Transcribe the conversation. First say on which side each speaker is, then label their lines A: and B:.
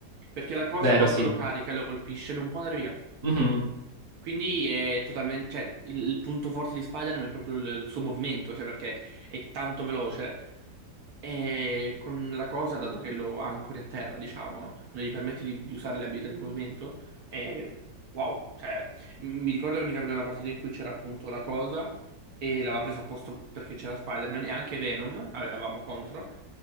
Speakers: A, on the right; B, on the right.
A: Perché la cosa
B: Vero,
A: quando
B: sì.
A: lo carica e lo colpisce non può andare via.
B: Mhm,
A: Quindi è totalmente, cioè, il il punto forte di Spider-Man è proprio il, il suo movimento, cioè perché è tanto veloce E con la cosa, dato che lo ancori a terra, diciamo, non gli permetti di, di usare le abilità di movimento, è wow. Cioè, m- mi ricordo che mi capitò una partita in cui c'era appunto la cosa e l'aveva presa a posto perché c'era Spider-Man e anche Venom avevamo contro.